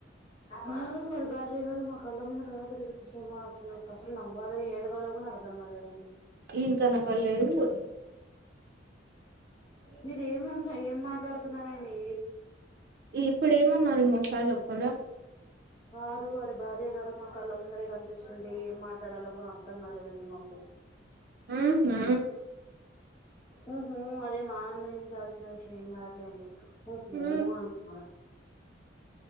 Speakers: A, on the left; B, on the right.
A: వారు వారి భార్య గారు మా కళ్ళ ముందు అలా దిరుగుతుంటే వావ్ నాకసలు నవ్వాలో ఏడవాలో గూడా అర్థం కాలేదండి.
B: ఈయనతోన పనిలేదు ఉయ్
A: మీరేమంత ఏం మాట్లాడ్తున్నారండీ?
B: ఇప్పుడేమన్నారో ఇంకోసారి చెప్పరా?
A: వారు వారి భార్య గారు మా కళ్ళ ముందరే కనిపిస్తుంటే ఏం మాట్లాడాలో కూడా అర్థం కాలేదండి మాకు.
B: మ్ హూ
A: మ్ హూ అదేమి ఆనందించాల్సిన విషయం కాదులేండి ఊహూ
B: ఊ
A: అంటున్నారు.